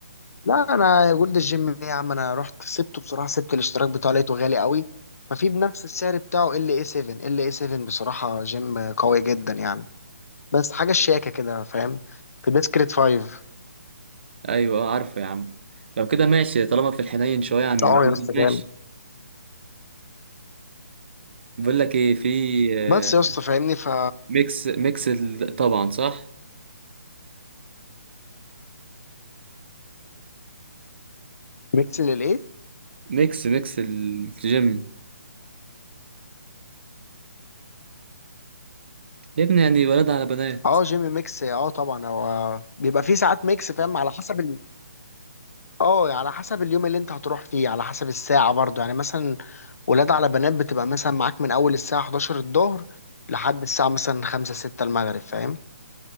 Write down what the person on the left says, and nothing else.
لا انا جولد الجيم إيه يا عم انا رحت سبته بصراحه سبت الاشتراك بتاعه لقيته غالي قوي ففي بنفس السعر بتاعه ال اي 7 ال اي 7 بصراحه جيم قوي جدا يعني بس حاجه شياكه كده فاهم في ديسكريت 5
اه
يا اسطى
جامد
بس يا اسطى فاهمني ف
ميكس للايه
اه جيم ميكس اه طبعا هو بيبقى فيه ساعات ميكس فاهم على حسب ال... اه على حسب اليوم اللي انت هتروح فيه على حسب الساعه برضه يعني مثلا ولاد على بنات بتبقى مثلا معاك من اول الساعه 11 الظهر لحد الساعه مثلا 5 6 المغرب فاهم